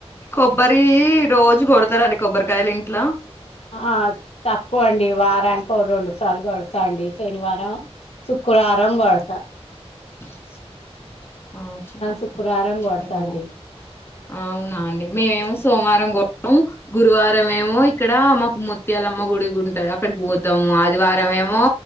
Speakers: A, on the left; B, on the left.
A: కొబ్బరి రోజు కొడతారండి కొబ్బరికాయలు ఇంట్ల
B: ఆ తప్పు అండి వారానికి ఓ రెండు సార్లు కోడుతా శనివారం శుక్రవారం రం కొడుతా
A: <inaudible> ఆ చిన్న
B: శుక్రవారం
A: చిన్నగాబ
B: కొడతాండి
A: అవునా అండి మేమేమో సోమవారం కో ఉ గురువారం ఏమో ఇక్కడ మాకు ముత్యాలమ్మ గుడికి ఉంటది అక్కడికి పోతాము ఆదివారం ఏమో